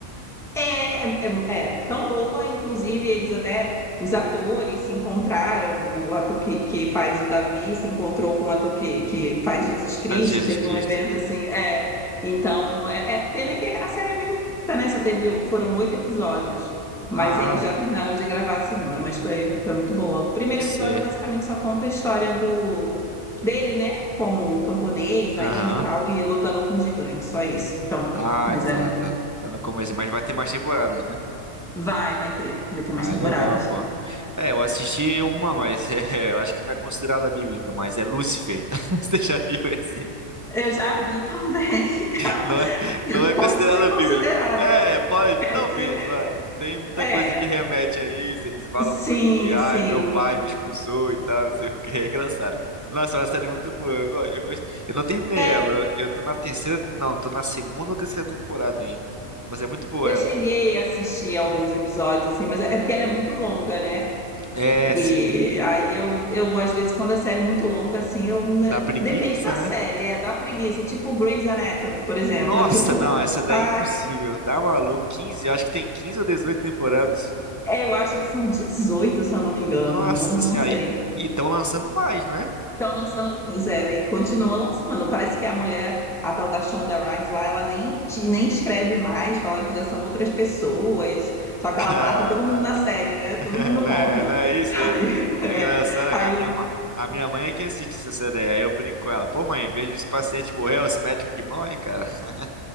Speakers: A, in the centre; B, on the right (about 20°).
A: É, é, é, é tão boa, inclusive eles até, os atores se encontraram, o ator que, que faz o Davi se encontrou com o ator que, que faz Jesus Cristo,
B: Faz Jesus
A: teve
B: Cristo.
A: um evento assim, é, então, é, é- pena que a série é meio curta, né, só teve, foram oito episódios, mas
B: Ah,
A: eles já terminaram de gravar a segunda, mas foi, foi muito boa. O primeiro
B: cê.
A: episódio basicamente só conta a história do, dele, né, como um camponês
B: Aham.
A: ainda e tal, e lutando com gigantes, só isso, então,
B: Ah,
A: mas
B: tá,
A: é muito
B: tá. Tá no começo, mas vai ter mais temporadas, né?
A: Vai, vai ter. Vai ter
B: Ah,
A: mais temporadas.
B: legal, pô. É, eu assisti uma, mas <laughs> é, eu acho que não é considerada bíblica, mas é Lúcifer. <laughs> Você já viu esse?
A: Eu já vi também.
B: Não é,
A: <laughs>
B: não é
A: Pode
B: considerado
A: ser considerada.
B: bíblico. É, pode,
A: É,
B: talvez,
A: se-
B: vai. Tem muita
A: é.
B: coisa que remete a isso. Eles falam
A: sim,
B: muito que, ai,
A: sim.
B: meu pai me expulsou e tal, não sei o que. É engraçado. Nossa, é uma série muito boa. Eu gosto, eu gosto. Eu não terminei
A: É,
B: ela. Eu tô na terceira. Não, tô na segunda ou terceira temporada ainda. Mas é muito boa
A: eu
B: ela.
A: cheguei a assistir alguns episódios, assim, mas é porque ela é muito longa, né?
B: É,
A: E
B: sim.
A: aí eu, eu às vezes, quando a série é muito longa, assim, eu. né,
B: Dá preguiça,
A: Depende da
B: né?
A: série, é, da preguiça. Tipo Grey's Anatomy, por exemplo.
B: Nossa,
A: Eu, tipo,
B: não, essa daí
A: ai,
B: é impossível. Tá maluco? 15, acho que tem 15 ou 18 temporadas.
A: eu acho que são 18, se eu não me
B: Nossa
A: engano. Não, não
B: senhora.
A: sei.
B: E estão lançando mais, não é?
A: Estão lançando, pois é, e continua lançando. Parece que a mulher, a tal da Shonda Rhimes lá, ela nem, nem escreve mais, falaram que já são outras pessoas, só que
B: Caraca,
A: ela mata todo mundo na série, né? Todo
B: <laughs>
A: mundo
B: não
A: morre.
B: é, não é isso?
A: <laughs>
B: É,
A: Aí, é,
B: é engraçado.
A: aí
B: A minha,
A: o-
B: ma- a minha mãe é que assiste CCD, aí eu brinco com ela. Pô, mãe, em vez dos pacientes morrer, é os médicos que morrem, cara. <laughs>